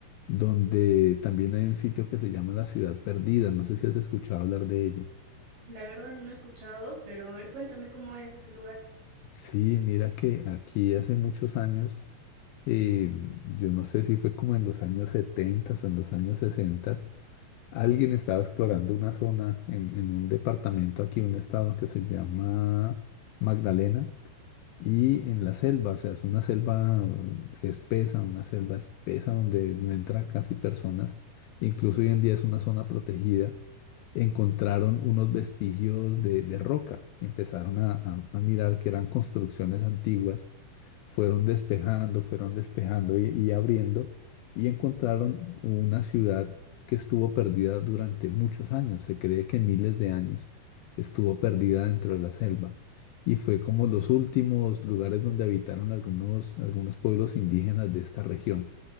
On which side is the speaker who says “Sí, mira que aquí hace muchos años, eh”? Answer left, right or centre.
Left